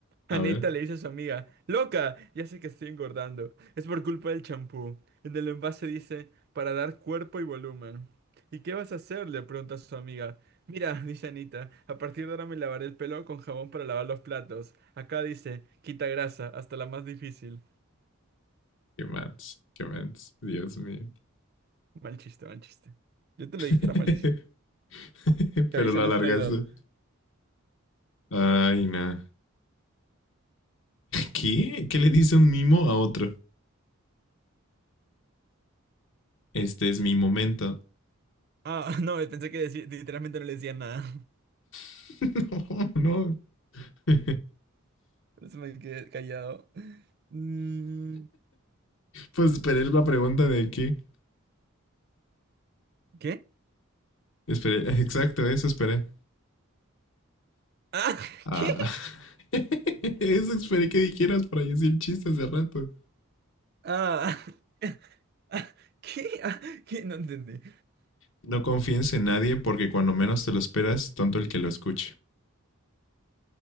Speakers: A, on the right; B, on the left.
A: Anita
B: a ver.
A: le dice a su amiga, Loca, ya sé que estoy engordando. Es por culpa del champú. En el envase dice, para dar cuerpo y volumen. ¿Y qué vas a hacer? le pregunta a su amiga. Mira, <laughs> dice Anita, a partir de ahora me lavaré el pelo con jabón para lavar los platos. Acá dice, quita grasa, hasta la más difícil.
B: Qué más, qué más. Dios mío.
A: Mal chiste, mal chiste. Yo te
B: <laughs>
A: lo dije, era malísimo. Que
B: Pero
A: avisa
B: lo
A: no
B: alargaste.
A: es traidor.
B: Ay, no. ¿Qué? ¿Qué le dice un mimo a otro? Este es mi momento.
A: Ah, <laughs> no, pensé que decí- literalmente no le decía nada.
B: <laughs> No, no. <laughs>
A: Por eso me quedé callado. Mm,
B: Pues esperé la pregunta de qué.
A: ¿Qué?
B: Esperé, exacto, eso esperé.
A: Ah,
B: Ah,
A: <laughs> ¿qué?
B: <laughs> eso esperé que dijeras para decir chistes de rato.
A: Ah, <laughs> ah, ¿qué? Ah, ¿qué? No entendí.
B: No confíes en nadie porque cuando menos te lo esperas, tonto el que lo escuche.